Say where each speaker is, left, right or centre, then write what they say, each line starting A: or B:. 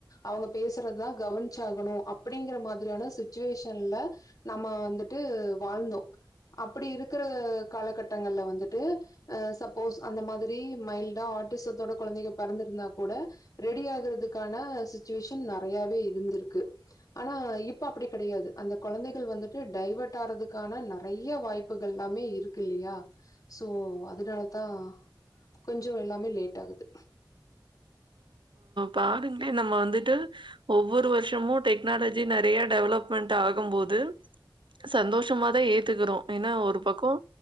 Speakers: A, on the left; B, on the right.
A: அவுங்க பேசுறததா கவனிச்சாகணு அப்டிங்கிற மாதிரியான சுச்சுவேஷன்ல நம்ம வந்துட்டு வாழ்ந்தோ அப்படி இருக்கிற காலகட்டங்கள்ல வந்துட்டு ஆ சப்போஸ் அந்த மாதிரி மைல்டா ஆட்டிசத்தோட கொழந்தைக பெறந்திருந்தா கூட ரெடி ஆகுறதுக்கான சிச்சுவேஷன் நெறையாவே இருந்திருக்கு ஆனா இப்ப அப்டி கெடையாது அந்த கொழந்தைகள் வந்துட்டு டைவர்ட் ஆறதுக்கான ந நெறைய வாய்ப்புகள் எல்லாமே இருக்கு இல்லையா சோ அதனாலதா கொஞ்சொ எல்லாமே லேட் ஆகுது
B: பாருங்க நம்ம வந்துட்டு ஒவ்வொரு வர்ஷமும் டெக்னாலஜி நெறைய டெவலமெண்ட் ஆகும்போது சந்தோஷமா தா ஏத்துக்கறோ ஏனா ஒரு பக்கம்